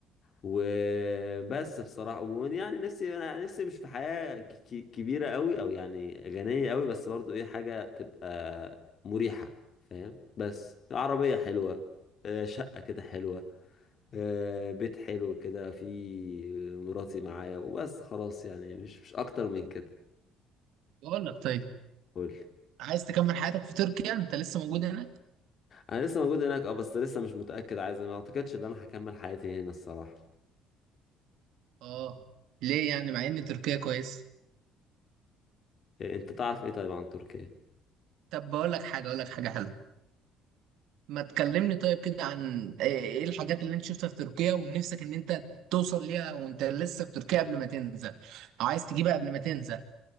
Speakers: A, on the left; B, on the right.
A: وبس بصراحة ويعني نفسي انا نفسي مش في حياة ك- ك- كبيرة قوي او يعني غنية قوي بس برضو ايه حاجة تبقى مريحة فاهم بس عربية حلوة آه، شقة كده حلوة آه، بيت حلو كده في مراتي معايا وبس خلاص يعني مش مش اكتر من كده
B: بقول لك طيب
A: قول
B: عايز تكمل حياتك في تركيا انت لسه موجود هناك
A: انا لسه موجود هناك اه بس لسه مش متاكد عايز ما اعتقدش ان انا هكمل حياتي هنا الصراحه
B: اه ليه يعني مع ان تركيا كويس
A: إيه، انت تعرف ايه طيب عن تركيا
B: طب بقول لك حاجة اقول لك حاجة حلوة ما تكلمني طيب كده عن ايه ايه الحاجات اللي انت شفتها في تركيا ونفسك ان انت توصل ليها وانت لسه في تركيا قبل ما تنزل او عايز تجيبها قبل ما تنزل